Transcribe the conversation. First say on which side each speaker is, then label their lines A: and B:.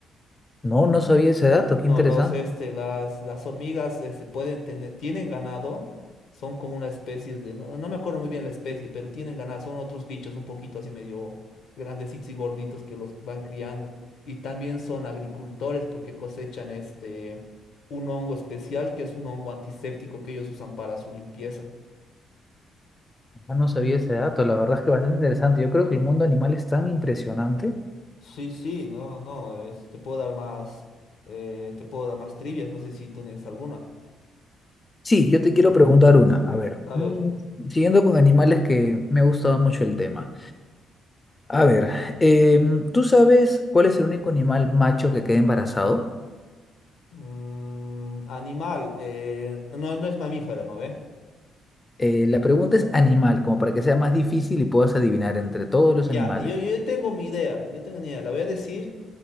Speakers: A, on the left; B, on the left.
A: No, no sabía ese dato,
B: No,
A: qué interesante.
B: los, este, las, las hormigas, este, pueden tener, tienen ganado, son como una especie de, no, no me acuerdo muy bien la especie, pero tienen ganado, son otros bichos un poquito así medio grandecitos y gorditos que los van criando. Y también son agricultores porque cosechan este, un hongo especial que es un hongo antiséptico que ellos usan para su limpieza.
A: Ah, No sabía ese dato, la verdad es que bastante interesante. Yo creo que el mundo animal es tan impresionante.
B: Sí, sí, no, no, no, es- te puedo dar más, eh, te puedo dar más trivias, no sé si tú tienes alguna.
A: Sí, yo te quiero preguntar una. A ver,
B: A
A: mm,
B: ver.
A: siguiendo con animales que me ha gustado mucho el tema. A ver, em, ¿tú sabes cuál es el único animal macho que queda embarazado?
B: Mm, animal. eh, no, no es mamífero, ¿no ve?
A: Eh, la pregunta es animal, como para que sea más difícil y puedas adivinar entre todos los
B: Ya,
A: animales.
B: yo, yo tengo mi idea. Yo tengo mi idea. La voy a decir.